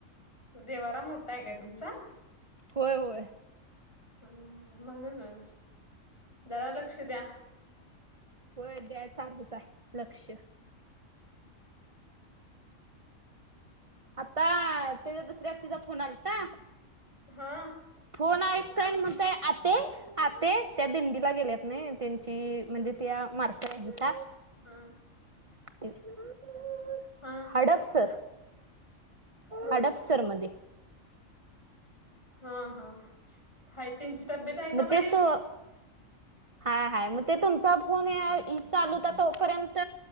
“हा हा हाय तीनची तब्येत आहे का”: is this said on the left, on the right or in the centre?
Left